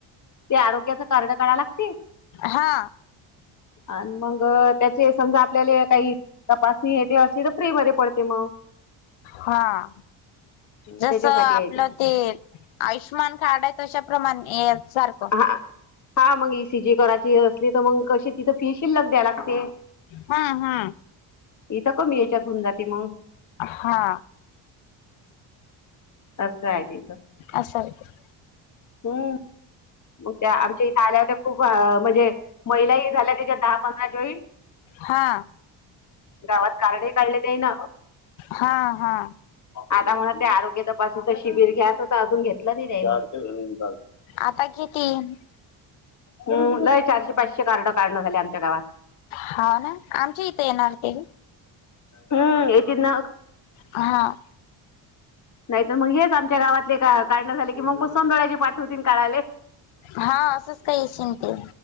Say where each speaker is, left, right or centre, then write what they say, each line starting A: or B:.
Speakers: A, on the left; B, on the left.
A: ते आरोग्याच कारड काढाय लागते
B: हा
A: आण मग मग त्याचे समजा आपल्याला काही तपासणी हे ते असली तर फ्री मध्ये पडते मग.
B: हां.. जस
A: त्याच्यासाठी
B: आपलं,
A: आहे
B: ते आयुष्मान कार्ड आहे, तशाप्रमाणे ये.. सारखं.
A: हा हा मग इसी जी करायची असली तर मग कशी तिथं फी शीलक द्या लागते.
B: हा हा.
A: इथं कमी याच्यात होऊन जाते मग.
B: हा
A: असं हाय ते
B: असाल तर.
A: हम. मग त्या आमच्या इथे आल्या होत्या खूप म्हणजे महिलाही झाल्या त्याच्यात दहा पंधरा जॉईन.
B: हां.
A: गावात कारड ही काढले त्यान.
B: हा हा.
A: आता मग ते आरोग्य तपासनीच शिबिर घ्यायचं तर अजून घेतलं नाही त्यांनी.
B: आता कि तीन.
A: हम. लय चारशे पाचशे कार्ड काडणं झाले, आमच्या गांवात.
B: हां ना, आमच्या इथं येणार तेनी.
A: हम्म येेत ना
B: हा.
A: नाही तर मग हेच आमच्या गावातले का, काढणे झाले की मग संडोळ्याची पाठवतील काढाले.
B: हा असंच काय अशीन ते.